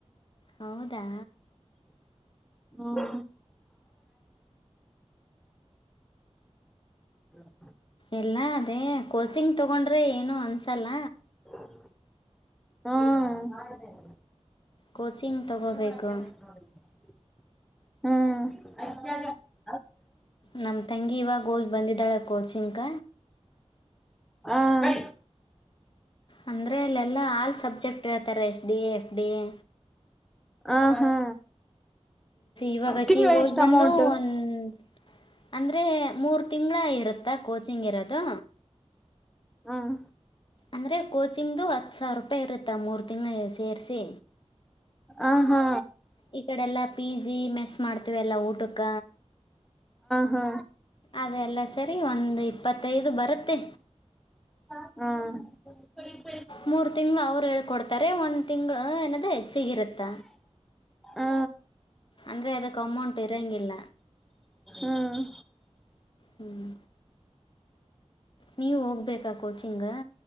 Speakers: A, on the left; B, in the centre.
A: ಹೌದಾ
B: ಹ್ಮ್ <unintelligible>
A: ಎಲ್ಲ ಅದೇ ಕೋಚಿಂಗ್ ತಗೊಂಡ್ರೆ ಏನು ಅನ್ಸಲ್ಲ
B: ಹ್ಮ್
A: ಕೋಚಿಂಗ್
B: ಹ್ಮ್
A: ತೊಗೋಬೇಕು ನಮ್ಮ ತಂಗಿ ಇವಾಗ ಹೋಗ್ ಬಂದಿದ್ದಾಳ ಕೋಚಿಂಗ
B: ಹ್ಮ
A: ಅಂದ್ರೆ ಇಲ್ಲೆಲ್ಲಾ ಆಲ್ ಸಬ್ಜೆಕ್ಟ್ ಹೇಳತ್ತಾರೆ H D A F D A
B: ಹ ಹಾ
A: ಇವಾಗಕಿ
B: ತಿಂಗಳ
A: ಹೋಗಿ
B: ಎಷ್ಟು
A: ಬಂದು
B: ಅಮೌಂಟ್
A: ಒಂದು ಅಂದರೆ ಮೂರು ತಿಂಗಳ ಇರುತ್ತಾ ಕೋಚಿಂಗ್ ಇರೋದು
B: ಹ್ಮ್
A: ಅಂದ್ರೆ ಕೋಚಿಂಗ್ದು ಹತ್ತ್ ಸಾವಿರ ರೂಪಾಯಿ ಇರುತ್ತಾ ಮೂರ್ ತಿಂಗಳ ಸೇರಸಿ
B: ಆಾ ಹಾ
A: ಈ ಕಡೆಲ್ಲಾ ಪಿ ಜಿ ಮೆಸ್ ಮಾಡ್ತೀವಿ ಎಲ್ಲಾ ಊಟಕ್ಕ
B: ಹ
A: ಅದೆಲ್ಲ ಸರಿ ಒಂದ ಇಪ್ಪತ್ತೈದು ಬರುತ್ತೆ
B: ಹ್ಮ್
A: ಮೂರ್ ತಿಂಗಳು ಅವ್ರು ಹೇಳ್ಕೊಡ್ತಾರೆ ಒಂದ್ ತಿಂಗಳು ಏನದ ಹೆಚ್ಚಿಗ ಇರತ್ತ
B: ಹ್ಮ
A: ಅಂದ್ರೆ ಅದಕ್ಕೆ ಅಮೌಂಟ್ ಇರೋಂಗಿಲ್ಲ
B: ಹ್ಮ್
A: ಹ್ಮ್ ನೀವ್ ಹೋಗ್ಬೇಕಾ ಕೋಚಿಂಗ್